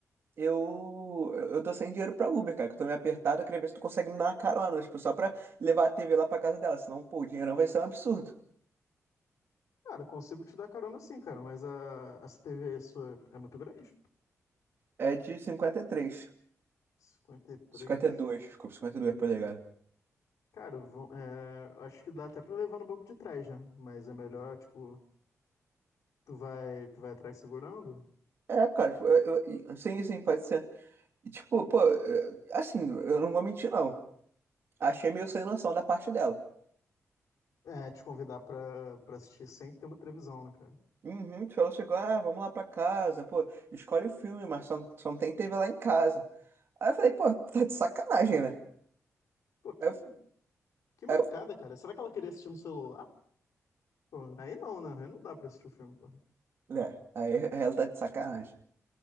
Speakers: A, on the right (about 45°); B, on the left (about 85°).
A: eu, eu tô sem dinheiro pra Uber, cara, que eu tô meio apertado. Eu queria ver se tu consegue me dar uma carona, tipo, só pra levar a TV lá pra casa dela. Senão, pô, o dinheirão vai ser um absurdo.
B: Cara, consigo te dar carona sim, cara, mas a, essa TV aí sua é muito grande.
A: É de 53.
B: cinquenta e três
A: 52, desculpa, 52 polegadas.
B: Cara, vão, é, acho que dá até pra levar no banco de trás, né? Mas é melhor, tipo, tu vai, tu vai atrás segurando?
A: É, cara, tipo, eu, eu, sim, sim, pode ser. E, tipo, pô, eh, assim, eu não vou mentir, não. Achei meio sem noção da parte dela.
B: É, te convidar pra, pra assistir sem ter uma televisão, né, cara?
A: Uhum, tipo, ela chegou, ah, vamos lá pra casa, pô, escolhe o filme, mas só, só não tem TV lá em casa. Aí eu falei, pô, tá de sacanagem, né?
B: Pô, que
A: Aí eu,
B: Que mancada,
A: aí
B: cara. Será que ela queria assistir no celular? Ah, Pô, aí não, né? Aí não dá pra assistir o filme, pô.
A: eu- né? Aí <laughs> ela tá de sacanagem.